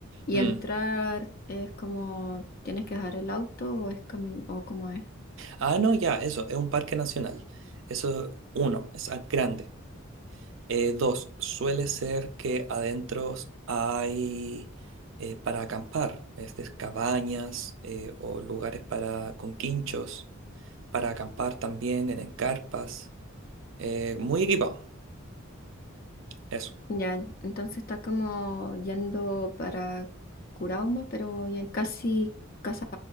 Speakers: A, on the left; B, on the right.
A: y
B: Mm.
A: entrar es como tienes que dejar el auto o es camino o cómo es.
B: Ah, no, ya, eso, es un parque nacional. Eso, uno, es a- grande. Eh, dos, suele ser que adentro hay eh, para acampar, este, cabañas eh, o lugares para con quinchos para acampar también en carpas, eh, muy equipado, eso.
A: Ya, entonces está como yendo para Curauma, pero ya casi Casa,